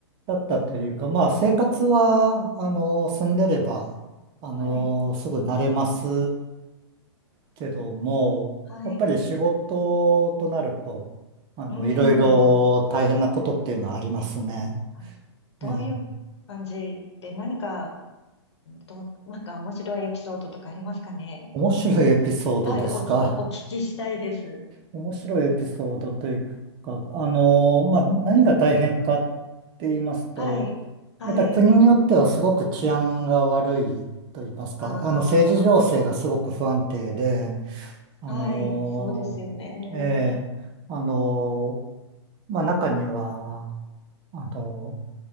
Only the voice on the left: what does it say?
はい、
はい、
うん。
あどういう感じで何か、
ど、なんか面白いエピソードとかありますかね。
はい、おき、お聞きしたいです。
はい、はい。
あ
あ、
はい、そうですよね。